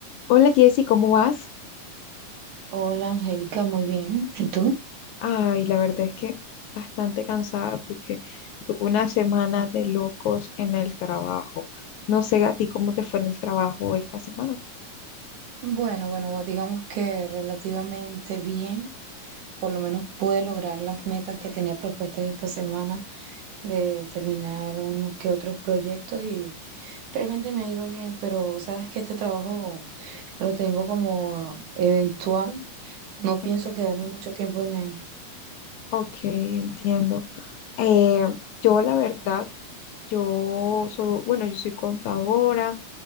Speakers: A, on the left; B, on the right.
A: Hola Jessy, ¿cómo vas?
B: Hola Angélica, muy bien. ¿Y tú?
A: Ay, la verdad es que bastante cansada porque tuve una semana de locos en el trabajo. No sé a ti cómo te fue en el trabajo esta semana.
B: Bueno, bueno, digamos que relativamente bien. Por lo menos pude lograr las metas que tenía propuestas esta semana de terminar unos que otros proyectos y realmente me ha ido bien, pero sabes que este trabajo lo tengo como eventual. No
A: Ok,
B: pienso quedarme mucho tiempo en él.
A: Ok, entiendo. Eh, yo la verdad, yo soy, bueno, yo soy contadora,